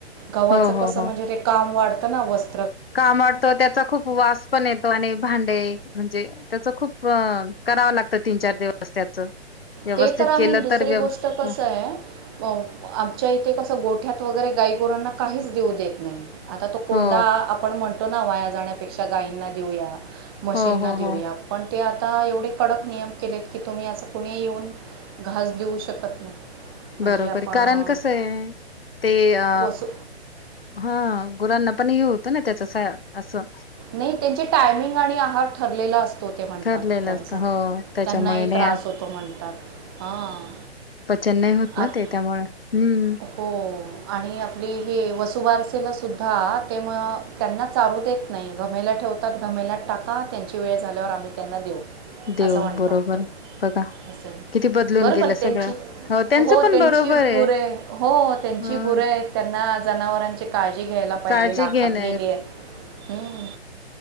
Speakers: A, on the right (about 20°); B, on the left (about 60°).
A: गावाच
B: हो हो
A: कस म्हणजे
B: हो
A: ते काम वाढत त्यांना वस
B: कामडतो त्याचा खूप वास पण येतो आणि भांडे म्हणजे त्याच खूप कराव लागत तीन चार दिवस <inaudible> त्याच व्यवस्थित
A: ते तर आहे
B: केलं
A: दुसरी
B: तर व्यव
A: गोष्ट कस
B: हो
A: ये आमच्या इथे कस गोठ्यात वगैरे गाईगोरांना काहीच देऊ देत नाही आता तो कोंडा
B: हो
A: आपण म्हण फोटो ना वाया जाण्यापेक्षा गाईंना देऊया मशीनला
B: हो हो
A: देऊया
B: हो
A: पण ते आता एवढे कडक नियम केलेत की तुम्ही असं येऊन घास देऊ शकत नाही म्हणजे
B: बरोबर
A: आपण
B: कारण
A: अ,
B: कस आहे ते अ
A: वसू
B: हा गुरांना आपण हे होतो ना त्याच असं
A: नाही त्यांचे टायमिंग आणि आहार ठरलेला असतो ते म्हणतात
B: ठरलेलं
A: त्यांचा
B: असत हो त्याच्यामुळे
A: त्यांनाही
B: नाही
A: त्रास होतो म्हणतात हां
B: पचन नाही होत ना
A: आत
B: ते त्यामुळे हम्म
A: हो आणि आपली हे वसुबारसेीलासुद्धा ते मग त्यांना चाारू देत नाही घमेला ठेवतात घमेलात टाका त्यांची वेळ झाल्यावर आम्ही त्यांना देऊ
B: देव
A: असं म्हणतात
B: बरोबर
A: ते
B: बघा
A: असं आहे
B: किती बदलून
A: बरोबर
B: गेलं
A: त्यांची
B: सगळं हो त्यांच पण
A: त्यांची
B: बरोबर आहे
A: गुरे हो त्यांची
B: अ
A: गुर आहेत त्यांना. जनावरांचे. काळजी घ्यायला पाहिजे
B: काळजी
A: लाखात
B: घेण
A: गेलीय हम्म.